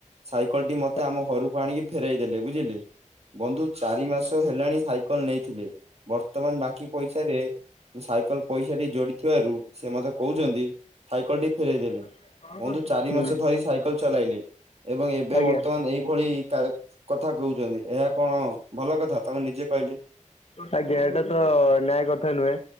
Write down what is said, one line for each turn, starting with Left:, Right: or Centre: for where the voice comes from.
Right: ସାଇକେଲ ଟି
Left: ଆଜ୍ଞା
Right: ମତେ ଆମ ଘରକୁ ଆଣିକି ଫେରଇ ଦେଲେ ବୁଝିଲେ ବନ୍ଧୁ ଚାରି ମାସ ହେଲାଣି ସାଇକେଲ, ନେଇଥିଲେ ବର୍ତ୍ତମାନ ବାକି ପଇସାରେ ସାଇକେଲ ପଇସା ଟି ଯୋଡିଥିବାରୁ ସେ ମତେ କହୁଛନ୍ତି ସାଇକେଲ ଟି ଫେରଇ ଦେଲେ,
Left: ଆଜ୍ଞା
Right: ବନ୍ଧୁ ଚାରି
Left: ହୁଁ
Right: ମାସ ଧରି ସାଇକେଲ ଚଲାଇଲେ ଏବଂ ଏବେ
Left: ଆଜ୍ଞା
Right: ବର୍ତ୍ତମାନ ଏଇଭଳି କଥା କହୁଛନ୍ତି ଏହା କଣ ଭଲ କଥା ତମେ ନିଜେ କହିଲେ
Left: ଆଜ୍ଞା ଟା ତ ନ୍ୟାୟ କଥା ନୁହେଁ।